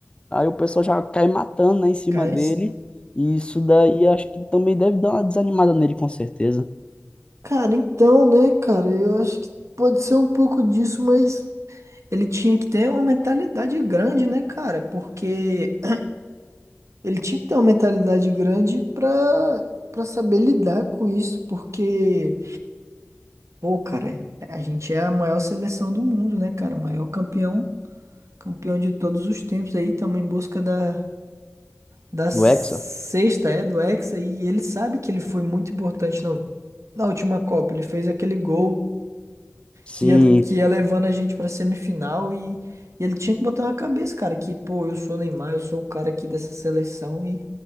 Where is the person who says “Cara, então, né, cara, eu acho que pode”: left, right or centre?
Right